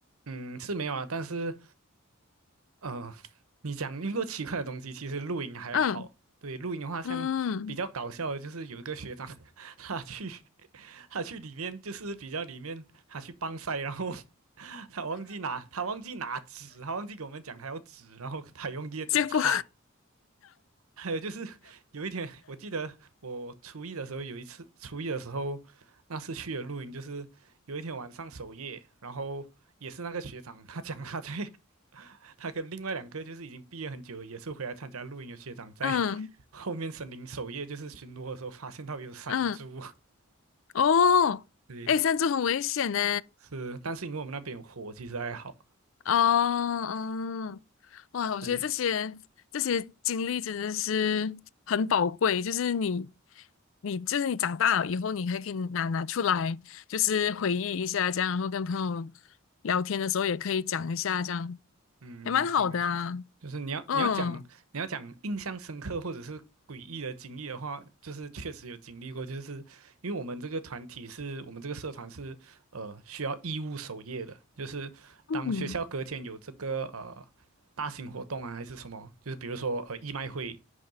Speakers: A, on the right; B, on the left.
A: 嗯，是没有啊，但是呃，你讲遇过奇怪的东西，其实露营还好。
B: 嗯
A: 对，露营的话，像比较搞笑的，
B: 嗯，
A: 就是有一个学长，<laughs> 他去他去里面，就是比较里面，他去帮晒，然后 <laughs> 他忘记拿他忘记拿纸，他忘记给我们讲他要纸，然后他用叶子擦。
B: 结果
A: 还有就是有一天，我记得我初一的时候有一次，初一的时候那次去的露营，就是有一天晚上守夜，然后也是那个学长，他讲他在他跟另外两个就是已经毕业很久，也是回来参加露营的学长，在
B: <laughs> 嗯
A: <laughs> 后面森林守夜，就是巡逻的时候发现到有山猪。
B: 嗯。
A: <laughs>
B: 哦，
A: 对
B: 哎，山猪很危险呢。
A: 是，但是因为我们那边有火，其实还好。
B: 哦，嗯，哇，我觉得这些这些经历真的是很宝贵，
A: 对，
B: 就是你，你就是你长大了以后，你还可以拿拿出来，就是回忆一下这样，然后跟朋友聊天的时候也可以讲一下，这样
A: 嗯，
B: 也蛮好的啊。
A: 没有错，没错，就是你要你要讲你要讲印象深刻或者是诡异的经历的话，
B: 嗯
A: 就是确实有经历过，就是因为我们这个团体是我们这个社团是呃需要义务守夜的，就是当学校隔天有这个呃大型活动啊还是什么，
B: 嗯
A: 就是比如说呃义卖会